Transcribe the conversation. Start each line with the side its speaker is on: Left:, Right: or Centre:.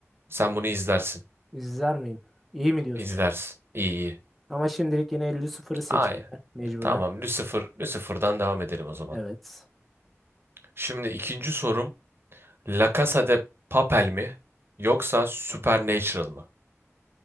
Right: Sen bunu izlersin.
Centre: İzler miyim? İyi mi diyorsun?
Right: İzlersin. İyi iyi.
Centre: Ama şimdilik yine Lucifer'ı seçeyim
Right: Aynen.
Centre: ben mecburen.
Right: Tamam. Lucifer, Lucifer'dan devam edelim o zaman.
Centre: Evet.
Right: Şimdi ikinci sorum La Casa de Papel mi yoksa Supernatural mı?